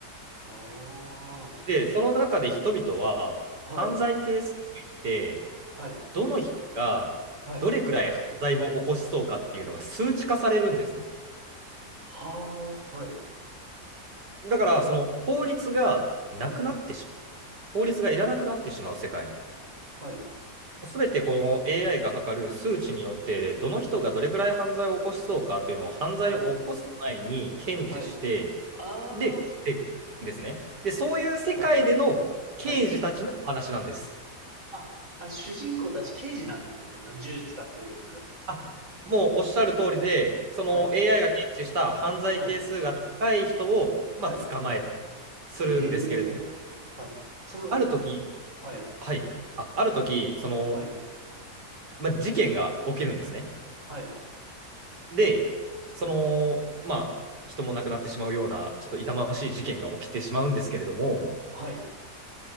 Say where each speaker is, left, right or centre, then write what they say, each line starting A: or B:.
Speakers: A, on the right; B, on the right.
A: ああ。は
B: で、その中で人々は犯罪係数といって、
A: い。はい。
B: どの人がどれくらい犯罪を起こしそうかっていうのが数値化されるんですね。
A: はい。はあ。はい。
B: だから、その法律がなくなってしまう。
A: はい。
B: 法律がいらなくなってしまう世界。
A: はい。
B: すべてこの AI が測る数値によって、どの人がどれくらい犯罪を起こしそうかというのを犯罪を起こす前に検知して、
A: はい。はい。ああ、
B: で、
A: そう。
B: 防ぐんですね。で、そういう世界での刑事たちのお話なんです。
A: はい。はい。あ、あ、主人公たち刑事なんですね。あ、銃使ってる人たちって。
B: あ、もうおっしゃる通りで、その
A: はい。
B: AI が検知した犯罪係数が高い人を、
A: はい。はい。
B: まあ、捕まえたりするんですけれども、
A: ええ。はい。その、
B: ある時、
A: はい。
B: はい、あ、ある時、その、
A: はい。
B: まあ、事件が起きるんですね。
A: はい。
B: で、その、まあ、人も亡くなってしまうような、ちょっと痛ましい事件が起きてしまうんですけれども、
A: はい。